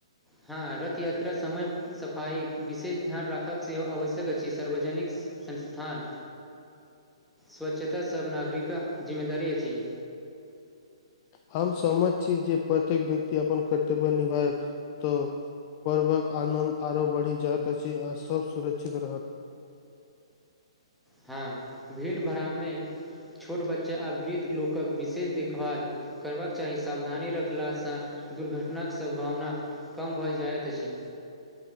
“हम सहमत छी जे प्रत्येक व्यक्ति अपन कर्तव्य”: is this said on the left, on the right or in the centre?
Left